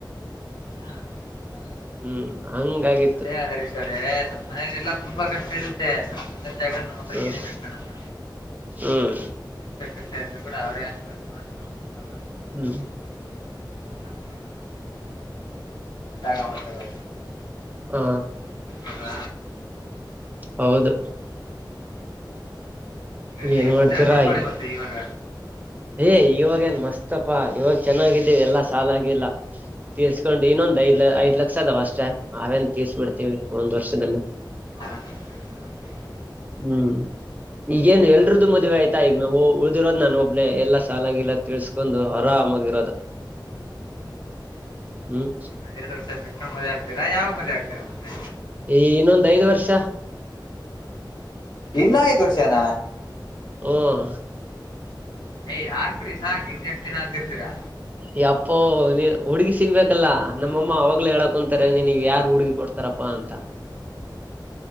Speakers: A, on the left (about 60°); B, on the right (about 20°).
A: ಹಾ ಹೌದೌದು
B: ಹ್ಮ್ ಹಂಗಾಗಿತ್ತು
A: ಅದೇ ಹರೀಶ್ ಅವರೇ ನಮ್ಮ್ ಮನೇಲೆಲ್ಲಾ ತುಂಬಾ ಕಷ್ಟ ಇರುತ್ತೆ ಅ ನಮ್ಮತ್ರ
B: ಹ್ಮ್
A: ಏನ ಹೇಳ್ಕಳಲ್ಲ
B: ಹ್ಮ್
A: ರು ಕೂಡ ಅವರೇ ಅನುವ್ಕೊಂಡು ನಮ ಮಾತ್ರ ಮಕ್ಕಳು
B: ಹ್ಮ್
A: ಚೆನ್ನಾಗಿರ್ಬೇಕು ಈಗ ಯಾ ಮಾಡದ ಾಗ ಮಾ್ತದು
B: ಹಾ
A: ಅಲ್ಲ
B: ಹೌದು
A: ಇಲ್ಲಿ
B: ಏನ್
A: ಯ
B: ಮಾಡ್ತೀರಾ
A: ನೋಡ್ಕೊಳ್ಳಳಿ ಮತ್ತೆ ಇವಾಗ
B: ಏ ಇವಾಗ ಏನ್ ಮಸ್ತಪಾ ಇವಾಗ ಚೆನ್ನಾಗಿದ್ದೀವಿ ಎಲ್ಲಾ ಸಾಲ ಆಾಗಿಿಲ್ಲ ತೀರ್ಕೊಂಡ್ ಇನ್ನೊಂದ್
A: ಹಾ
B: ಐದ್ ಐದ್ ಲಕ್ಷ ಅದಾವ ಅಷ್ಟೇ ಅವೇನ್ ತೀರ್ಬಿಡ್ತೀವಿ ಒಂದ್ ವರ್ಷದಲ್ಲಿ
A: ಆರಾಮ್ ಆರಾಮ್
B: ಹ್ಮ್ ಈಗೇನ್ ಎಲ್ರದದು ಮದ್ವೆ ಆಯ್ತಾ ಈಗ ನಾ ಉಳ್ದಿರೋದ್ ನಾನು ಒಬ್ ಎಲ್ಲ ಸಾಲಾಗಿಲ್ಲ ತಿಳಸ್ಕೊಂಡು ಆರಾಮಾಗಿರೋದು ಹ್ಮ್
A: ನ ಎಡು ವರ್ ಆಗ್ ಬಿು ಮಕ್ಕಳ ಮದ ಆಗ್ತರಾ ಯಾವ ಮದೆ ಆಗ್ತೀರ ಮತ್ತೆ
B: ಈ ಇನ್ನೊಂದ್ ಐದ್ ವರ್ಷ
A: ಇನ್ನ ಐದು ವರ್ಷನ
B: ಹ್ಮ
A: ಯ್ ಆಗ್ಬಿಡಿ ಸಾಕು ಇನ್ ಎಷ್ಟ ದಿನ ಅಂತಿರ್ತೀರಾ
B: ಯಪ್ಪೋ ನೀ ಹುಡ್ಗಿ ಸಿಗ್ಬೇಕಲ್ಲಾ ನಮ್ಮಮ್ಮ ಅವಾಗ್ಲ ಹೇಳಾಕ ಕುಂತಾರೆ ನಿಿನ ಯಾರ್ು ಹುಡ್ಗಿ ಕೊಡ್ತಾರಪ್ಪಾ ಅಂತ